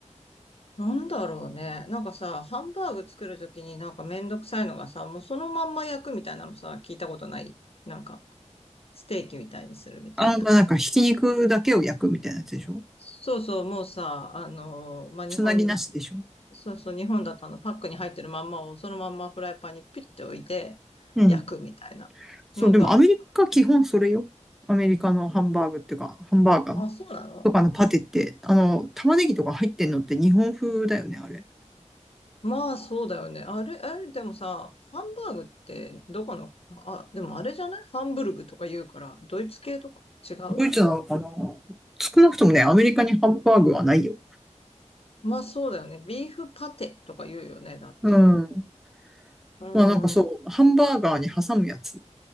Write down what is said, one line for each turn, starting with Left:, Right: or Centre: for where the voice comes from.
Left: なんだろうね。なんかさ、ハンバーグ作るときになんかめんどくさいのがさ、もうそのまんま焼くみたいなのさ、聞いたことない。なんか、ステーキみたいにするみたいな。
Centre: あー、まあなんかひき肉だけを焼くみたいなやつでしょ
Left: そうそう、もうさ、あのーまあ、
Centre: つなぎなしでしょ
Left: 日本、そうそう、日本だとあの、パックに入ってるまんまをそのまんまフライパンにピッて置いて焼くみたいなのが、
Centre: うん。そう、でもアメリカ基本それよ。アメリカのハンバーグっていうか、ハンバーガー
Left: あ、そうなの
Centre: とかのパテって、あの、玉ねぎとか入ってんのって日本風だよね、あれ。
Left: まあ、そうだよね。あれ、あれ、でもさ、ハンバーグって、どこの、あ、でもあれじゃないハンブルグとか言うから、ドイツ系とか違う
Centre: ドイツなのかな少なくともね、アメリカにハンバーグはないよ。
Left: まあ、そうだよね。ビーフパテとか言うよね、だって。
Centre: うん。
Left: うーん、
Centre: まあなんかそう、
Left: う
Centre: ハンバーガーに挟むやつ